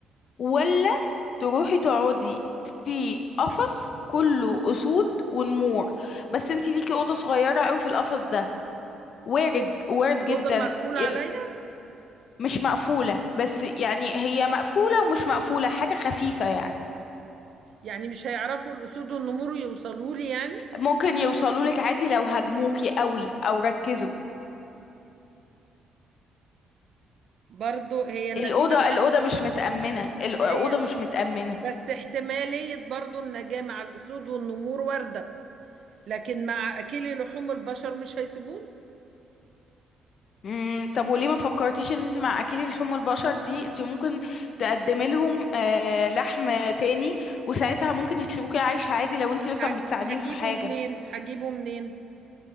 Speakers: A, on the left; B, on the right.
A: ولا تروحي تقعدي في قفص كله اسود ونمور بس انتي ليكي اوضة صغيرة قوي في القفص ده وارد
B: أو-
A: وارد جدا
B: اوضه مقفول
A: ال-
B: عليا
A: مش مقفولة بس يعني هي مقفولة ومش مقفولة حاجة خفيفة يعني
B: يعني مش هيعرفوا الاسود والنمور يوصلوا لي يعني
A: ممكن يوصلوا لك عادي لو هاجموكي قوي او ركزوا
B: برضو هي النتيجه
A: الأوضة الأوضة
B: واحده
A: مش متأمنة الأوضة
B: هي
A: مش متأمنة
B: بس احتماليه برضو النجاه مع الاسود والنمور وارده لكن مع اكلي لحوم البشر مش هيسيبوني
A: مم، طب وليه ما فكرتيش ان انت مع اكل لحوم البشر دي انت ممكن تقدمي لهم آه، لحم تاني وساعتها ممكن يسيبوكي عايشة عادي لو انت مثلا
B: هج-
A: بتساعديهم
B: هجيبه
A: في حاجة
B: منين هجيبه منين